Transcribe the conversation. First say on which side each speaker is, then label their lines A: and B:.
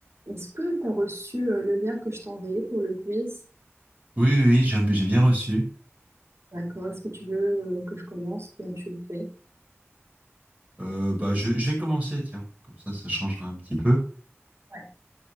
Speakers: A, on the right; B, on the right.
A: Est-ce que tu as reçu euh, le lien que je t'ai envoyé pour le quiz?
B: Oui, oui, oui, j'ai j'ai bien reçu.
A: D'accord. Est-ce que tu veux euh, que je commence? Bien, tu le fais.
B: Euh, bah, je, je vais commencer, tiens, comme ça, ça changera un petit peu.
A: Ouais.